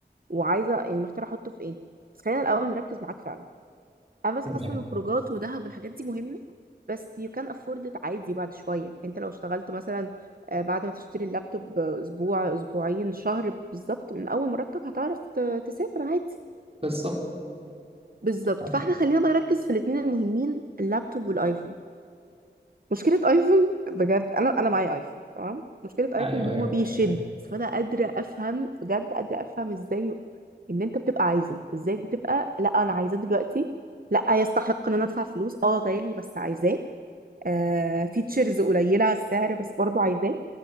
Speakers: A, on the right; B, on the right.
A: وعايزه يعني محتاجه احطه في ايه بس خلينا الاول نركز معاك فعلا انا بس
B: تمام
A: حاسه ان الخروجات ودهب والحاجات دي مهمه بس you can afford it عادي بعد شويه يعني انت لو اشتغلت مثلا آه، بعد ما تشتري اللابتوب آه، اسبوع اسبوعين شهر بالظبط من اول مرتب هتعرف ت- تسافر عادي
B: بالظبط
A: بالظبط
B: آه،
A: فاحنا خلينا بقى نركز في الاثنين المهمين اللابتوب والايفون مشكلة ايفون بجد انا انا معايا ايفون تمام مشكلة
B: ايوه
A: ايفون ان هو
B: أيوه.
A: بيشد فانا قادرة افهم بجد قادرة افهم ازاي ان انت بتبقى عايزه ازاي بتبقى لا انا عايزاه دلوقتي لا يستحق ان انا ادفع فلوس اه غالي بس عايزاه آه فيتشرز قليلة على السعر بس برضو عايزاه